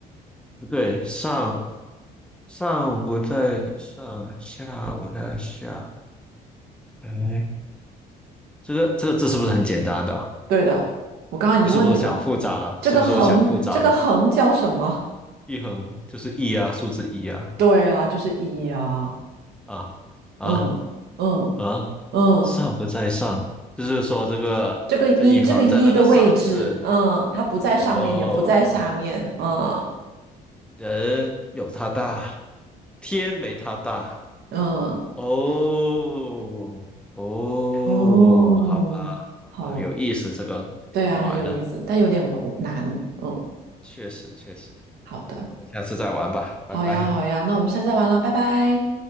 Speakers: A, in the centre; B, on the right.
A: 不对，上上不在上，下不在下。哎，这个这个字是不是很简单的？
B: 对的，我刚刚已经问你了，
A: 我是不是想复杂了？
B: 这个横，
A: 是不是我想复杂了？
B: 这个横叫什么？
A: 一横就是一啊，数字一啊
B: 对啊，就是一呀。
A: 啊啊
B: 嗯嗯
A: 啊！
B: 嗯，
A: 上不在上，就是说这个这一横在那个上字
B: 这个一，这个一的位置，嗯，它不在上面，
A: 哦，
B: 也不在下面。嗯
A: 人有他大，天没他大。
B: 嗯
A: 哦，哦，
B: 哦，
A: 好吧，好吧，
B: 好，
A: 有意思，这个挺好玩的，
B: 对啊，很有意思，但有点难。嗯，
A: 确实确实，
B: 好的。
A: 我们下次再玩吧，拜拜。
B: 好呀，好呀，那我们下次再玩了，拜拜。